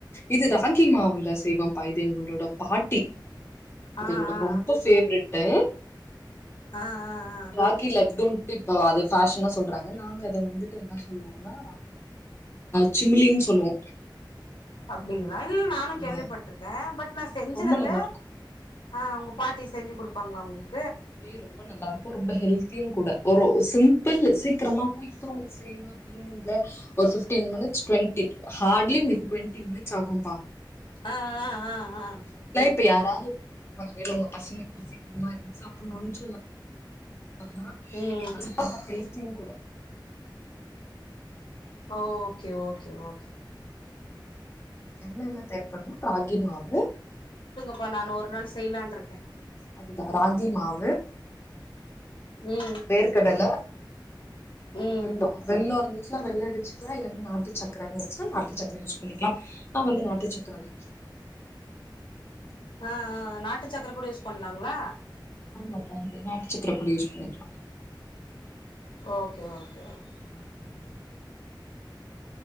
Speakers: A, on the left; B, on the left.
A: இது ராகி மாவுல செய்வோ ப இதுயும்கங்களோட பாட்டி அது
B: ஆ
A: என்னோட
B: ஆ ஆ
A: ரொம்ப ஃபேவரட்டு
B: ஆ ஆ ஆ
A: ராகி லட்டூ இப்ப அது ஃபேஷனா சொல்றாங்க நாங்க அத வந்துட்டு என்ன சொல்லுவோம்னா ச்சிமலின்னு சொல்லுவோ
B: அப்டிங்ள <unintelligible> நானு
A: ஆ
B: கேள்விப்பட்ட்ருக்கே பட் நா செஞ்சது
A: ரொம்ப
B: இல்ல
A: நல்லா இருக்கும்
B: ஆ உங்க பாட்டி செஞ்சு கொடுப்பாங்களா உங்ளு
A: ஐ ரொம்ப நல்லா இருக்கு ரொம்ப ஹெல்த்தியு கூட ஒரு சிம் இப்போல்ல சீக்கிரமா குவிக்கா ஒன்னு செய்னு ஈவினிங் ல ஒரு ஃபிஃப்டீன் மினிட்ஸ் டுவெண்டி ஹார்ட்லி உங்களுக்கு ட்வென் ஃபிஃப்டின் மினிட்ஸ் ஆகும் பா
B: அ ஆ ஆஹ ஆஹா
A: இப்ப யாராது <unintelligible> நூன்சுங்க ஆமா
B: ம்
A: <unintelligible> தீங் கூட
B: ஓ ஓகே ஓகே ஓகே
A: என்ன என்ன தேவ் பண்ணு ராகி மாவு
B: ப்பா நான் ஒரு நாள் செய்யிலான் இருக்கே
A: அதுதா ராகி மாவு
B: ம்
A: வேர்கடல
B: ம்
A: வெல்லோ வெல்லோ இருந்து க்சுலா வெள்ள அடிச்சுக்கலா இல்லன்னா நாட்டுச்சக்கர வெச்சு நாட்டுச்சக்கர யூஸ் பண்ணிக்கலாம் நா வந்து நாட்டுச்சக்கர தா யூஸ்
B: அ ஆஹா நாட்டுச்சக்கர கூட யூஸ் பண்லாங்களா
A: ஆமா பா நாட்டுச்சக்கர கூட யூஸ் பண்ணிக்கீளா
B: ஓகே ஓகே ஓகே ம்
A: உஹம்